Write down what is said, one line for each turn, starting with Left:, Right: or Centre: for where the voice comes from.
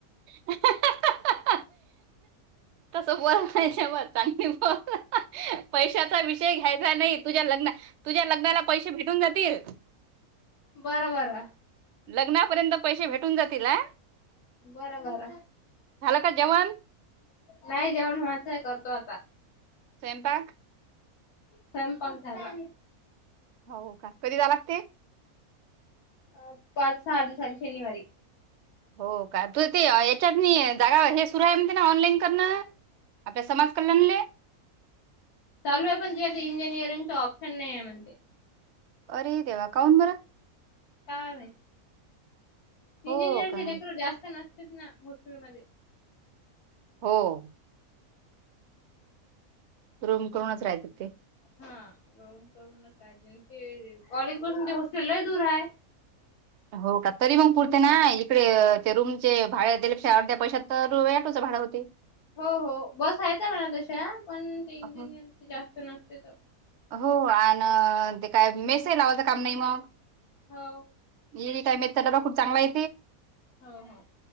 Right: <unintelligible> तसं बोल नाहीच्यामचनी बोलत. पैशाचा विषय घ्यायचा नाही तुझ्या लग्ना तुझ्या लग्नाला पैसे भेटून जातील.
Left: बरं बर.
Right: लग्नापर्यंत पैसे भेटून जातील ह.
Left: बरं बर
Right: का जेवण
Left: नाही जेवण मझंय करतो आता.
Right: सेमपाक
Left: स्वयंपाक झाला.
Right: हो का कधी जा लाग ते
Left: अ पाच सहा दिवसां आणि शनिवारी‌.
Right: हो का त ते याच्यात जागा हे सुरू आहे म्हणते ना ऑनलाईन. ण आपल्या समाज कल्याण.
Left: चालू आहे पण ते आता इंजिनिअरंग ऑप्शन नाही. आहे म्हणते.
Right: अरे देवा काऊन बरा.
Left: कायम. इंजिनिअरचे
Right: हो का
Left: लेकर जास्त नसते ना हॉस्टेलमध्येध्ये
Right: हो. रूम करूनच राहायचं तिथे
Left: हा र करूनच राय ते कॉलेज पासून ते हॉस्टेलला दूर आहे.
Right: हो का तरी मग पुरते ना इकडे ते रूमचे भाड्या? अर्ध्या पैशात तर रयाटोच भाडं होते.
Left: हो हो बसयच म्हणा तशा पण ते इंजिनियर
Right: हो
Left: जास्त नसते तर.
Right: हो आणि ते काय मेसेज लावायचं काम नाही मग?
Left: हो.
Right: ये काय मे डबा खूप चांग आहे.
Left: हो हो.